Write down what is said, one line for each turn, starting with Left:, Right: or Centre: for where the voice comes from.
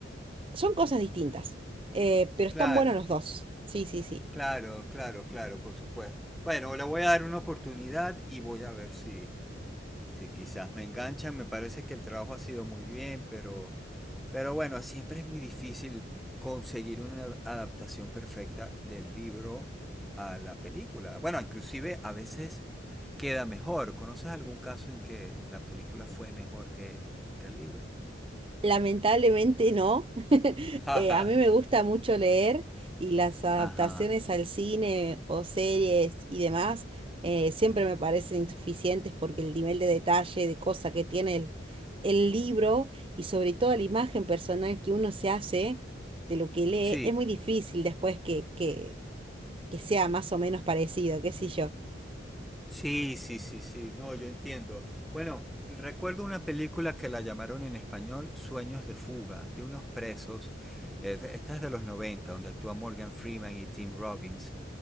Right: Son cosas distintas, eh, pero están
Centre: claro,
Right: buenos los dos. Sí, sí, sí.
Centre: claro, claro, claro, por supuesto. Bueno, le voy a dar una oportunidad y voy a ver si, si quizás me enganchan. Me parece que el trabajo ha sido muy bien, pero Pero bueno, siempre es muy difícil conseguir una adaptación perfecta del libro a la película. Bueno, inclusive a veces queda mejor. ¿Conoces algún caso en que la película fue mejor que, que el libro?
Right: Lamentablemente no. <laughs>
Centre: <laughs>
Right: Eh, a mí me gusta mucho leer y las adaptaciones
Centre: Ajá.
Right: al cine o series y demás eh, siempre me parecen insuficientes porque el nivel de detalle, de cosa que tiene el, el libro y sobre todo la imagen personal que uno se hace de lo que lee
Centre: Sí,
Right: es muy difícil después que, que, que sea más o menos parecido, qué sé yo.
Centre: sí, sí, sí, sí. No, yo entiendo. Bueno, recuerdo una película que la llamaron en español Sueños de fuga, de unos presos. Eh, Esta es de los 90 donde actúa Morgan Freeman y Tim Robbins.